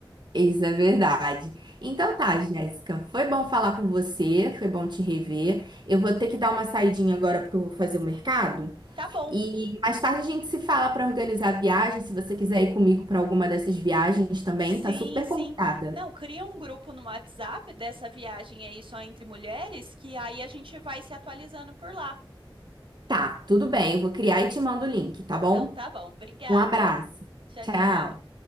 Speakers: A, on the right; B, on the right.
A: Isso é verdade. Então tá, Jéssica, foi bom falar com você, foi bom te rever. Eu vou ter que dar uma saidinha agora porque eu vou fazer o mercado.
B: Tá bom.
A: E mais tarde a gente se fala para organizar a viagem, se você quiser ir comigo para alguma dessas viagens também,
B: Sim,
A: tá super
B: sim.
A: convidada.
B: Não, cria um grupo no WhatsApp dessa viagem aí só entre mulheres, que aí a gente vai se atualizando por lá.
A: Tá, tudo bem, eu vou criar e te mando o link, tá bom?
B: Então tá bom. Obrigada.
A: Um abraço.
B: Tchau,
A: Tchau.
B: tchau.